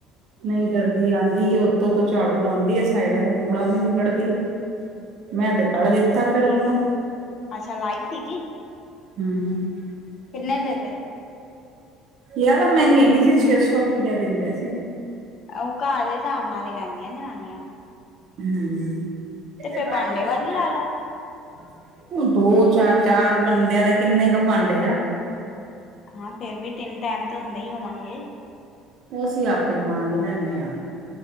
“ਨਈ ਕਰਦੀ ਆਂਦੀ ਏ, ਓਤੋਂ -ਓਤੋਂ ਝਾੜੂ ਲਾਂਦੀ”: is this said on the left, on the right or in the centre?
Right